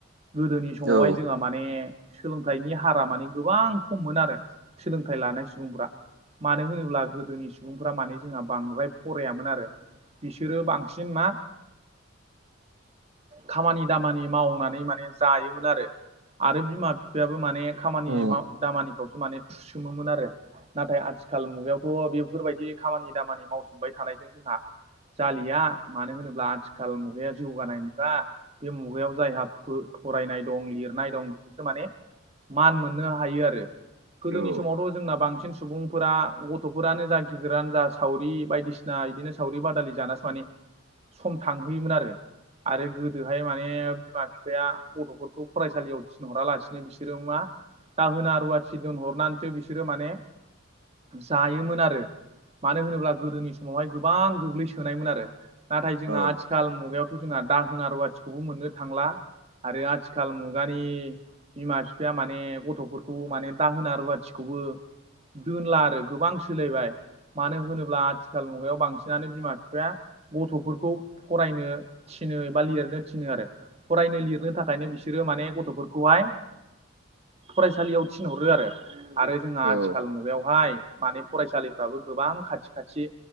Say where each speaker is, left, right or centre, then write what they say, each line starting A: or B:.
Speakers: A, on the right (about 30°); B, on the right (about 65°).
A: गोदोनि समावहाय
B: औ
A: जोंहा माने सोलोंथाइनि हारा माने गोबां खम मोन आरो सोलोंथाइ लानाय सुबुंफ्रा। मानो होनोब्ला गोदोनि सुबुंफ्रा माने जोंहा बांद्राय फरायामोन आरो। बिसोरो बांसिन मा खामानि दामानि मावनानै माने जायोमोन आरो आरो बिमा बिफायाबो माने खामानि
B: औ
A: दामानिफ्रावसो माने थुसोमोमोन आरो। नाथाय आथिखाल मुगायावथ' बेफोरबायदि खामानि दामानि मावसोमबाय थानायजों जोंहा जालिया मानो होनोब्ला आथिखाल मुगाया जौगानाय मुगा बे मुगायाव जायहा फो फरायनाय दं लिरनाय दं बिसोरसो माने मान मोननो हायो आरो। गोदोनि
B: औ
A: समावथ' जोंना बांसिन सुबुंफोरा ग' गथ'फोरानो जा गिदिरानो जा सावरि बायदिसिना बिदिनो सावरि बादालि जानासो माने सम थांहोयोमोन आरो आरो गो गोदोहाय माने बिमा बिफाया गथ'फोरखौ फरायसालियाव थिनहरालासिनो बिसोरो मा दाहोना रुवाथि दोनहरनानैसो बिसोरो माने जायोमोन आरो मानो होनोब्ला गोदोनि समावहाय गोबां गोग्लैसोनायमोन आरो। नाथाय जोंहा
B: औ
A: आथिखाल मुगायावथ' जोंहा दाहोना रुवाथिखौबो मोननो थांला आरो आथिखाल मुगानि बिमा बिफाया माने गथ'फोरखौ माने दाहोना रुवाथिखौबो। दोनला आरो गोबां सोलायबाय मानो होनोब्ला आथिखाल मुगायाव बांसिनानो बिमा बिफाया गथ'फोरखौ फरायनो थिनो एबा लिरनो थिनो आरो फरायनो लिरनो थाखायनो बिसोरो माने गथ'फोरखौ खौहाय फरायसालियाव थिनहरो आरो आरो जोंहा
B: औ
A: आथिखाल मुगायावहाय माने फरायसालिफ्राबो गोबां खाथि खाथि